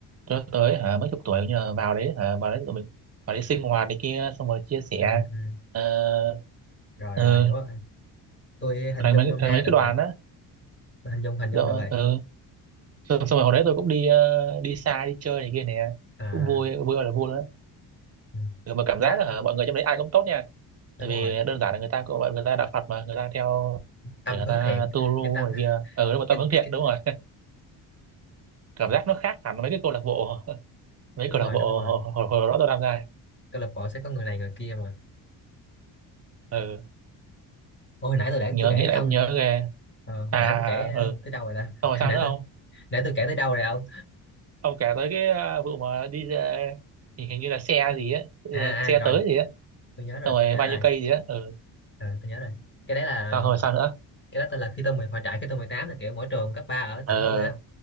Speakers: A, on the right; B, on the left.
A: cho tới hả mấy chục tuổi như là vào đấy hả vào đấy tụi mình vào đấy sinh hoạt này kia xong rồi chia sẻ
B: ừ, ừ.
A: ờ,
B: rồi
A: ờ,
B: rồi hiểu rồi tôi hình
A: thành
B: dung
A: mấy
B: nôm
A: thành
B: na
A: mấy
B: được
A: cái đoàn
B: rồi
A: á
B: tôi hình dung hình dung
A: rồi
B: được rồi
A: ờ, xong, xong rồi hồi đấy tôi cũng đi ờ, đi xa đi chơi này kia nè
B: à
A: cũng vui vui ơi là vui nữa
B: ừ.
A: Ừ, mà cảm
B: cái
A: giác
B: đó
A: là hả, mọi người trong đấy ai cũng tốt nha
B: đúng
A: tại
B: rồi
A: vì đơn giản là người ta cũng người ta đạo Phật mà người ta theo
B: tâm
A: để người
B: hướng
A: ta
B: thiện
A: tu lu
B: cái tâm
A: này kia ừ,
B: <laughs>
A: đúng rồi
B: cái
A: tâm hướng thiện
B: cái
A: đúng rồi cảm giác nó khác hẳn mấy cái câu lạc bộ <laughs> mấy
B: đúng
A: câu
B: rồi
A: lạc bộ
B: đúng rồi
A: hồi, hồi, hồi đó tôi tham gia
B: câu lạc bộ sẽ có người này người kia mà
A: ừ.
B: Ôi, hồi nãy tôi để
A: nhớ
B: tôi kể với
A: nghĩ lại
B: ông
A: ông nhớ ghê
B: ờ, hồi
A: à
B: nãy tôi kể ờ,
A: ừ
B: tới đâu rồi ta <laughs>
A: xong
B: hồi
A: rồi sao
B: nãy
A: nữa
B: tôi
A: không
B: nãy tôi kể tới đâu rồi ông
A: ông kể tới cái à, vụ mà đi ra- thì hình như là xe gì á ờ,
B: à, à
A: xe
B: rồi
A: tới gì á
B: tôi nhớ rồi
A: xong rồi
B: tôi nhớ
A: bao
B: rồi
A: nhiêu cây gì á ừ
B: Ờ, tôi nhớ rồi cái đấy là
A: sao rồi sao nữa
B: cái đó tên là khi tôi mười hội trại khi tôi mười tám là kiểu mỗi trường cấp 3 ở
A: ờ
B: tỉnh tôi á